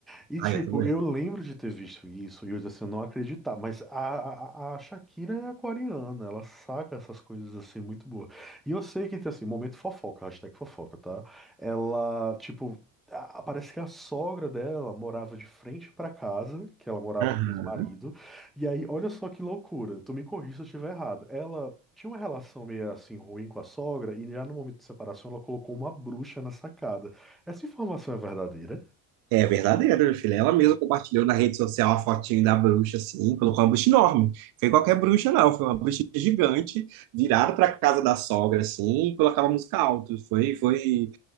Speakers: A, in the centre; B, on the right.
A: E tipo,
B: Ah, eu também.
A: eu lembro de ter visto isso e eu assim, não acreditar, mas a, a, a Shakira é aquariana, ela saca essas coisas assim muito boas. E eu sei que tem assim, momento fofoca, hashtag fofoca, tá? Ela, tipo, a- parece que a sogra dela morava de frente pra casa, que ela morava
B: Aham.
A: com o ex-marido. E aí, olha só que loucura, tu me corrija se eu estiver errado. Ela tinha uma relação meio assim ruim com a sogra e já no momento de separação ela colocou uma bruxa na sacada. Essa informação é verdadeira?
B: É verdadeiro, meu filho. Ela mesma compartilhou na rede social a fotinho da bruxa, assim, colocou uma bruxa enorme. Foi qualquer bruxa, não. Foi uma bruxa gigante, virada para casa da sogra, assim, e colocava música alto. Foi, foi,